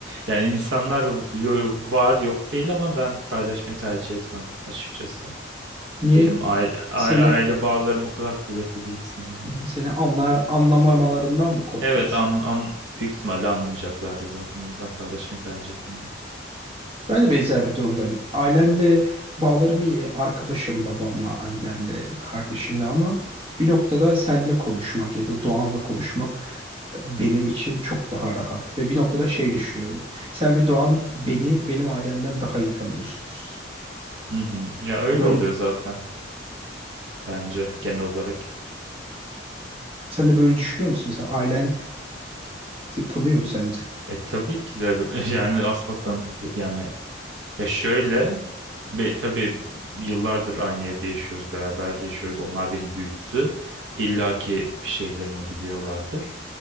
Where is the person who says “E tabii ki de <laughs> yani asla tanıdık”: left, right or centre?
Right